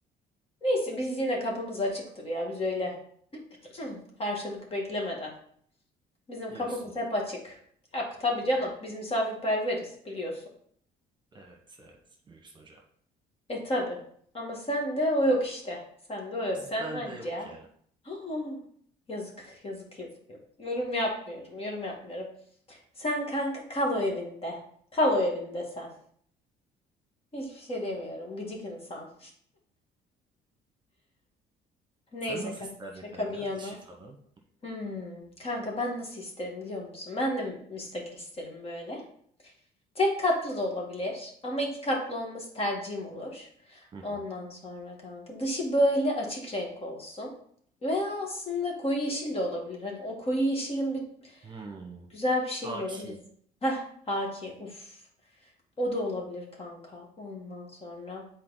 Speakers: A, on the left (about 35°); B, on the right (about 25°).
A: Neyse biz yine kapımız açıktır ya biz öyle <clears throat> Karşılık beklemeden. Bizim
B: <laughs> Diyorsun.
A: kapımız hep açık. Yok tabii canım. Biz misafirperveriz biliyorsun.
B: Evet evet büyüksün hocam.
A: E tabii. Ama sen de o yok işte. Sen de o yok.
B: Biz
A: Sen
B: bende
A: anca.
B: yok ya.
A: <gasps> Yazık, yazık, yazık, yazık. Yorum yapmıyorum, yorum yapmıyorum. Sen kanka kal o evinde. Kal o evinde sen. Hiçbir şey demiyorum. Gıcık insan. Neyse
B: Sen nasıl
A: kanka
B: isterdin
A: şaka
B: kanka?
A: bir yana.
B: Dişi falan.
A: Hmm, kanka ben nasıl isterim biliyor musun? Ben de müstakil isterim böyle. Tek katlı da olabilir ama iki katlı olması tercihim olur.
B: Hı
A: Ondan
B: hı.
A: sonra kanka dışı böyle açık renk olsun. Veya aslında koyu yeşil de olabilir. Hani o koyu yeşilin bir
B: Hmm.
A: güzel bir şeyi
B: Haki.
A: var. Onu da... Heh, haki. Uf. O da olabilir kanka. Ondan sonra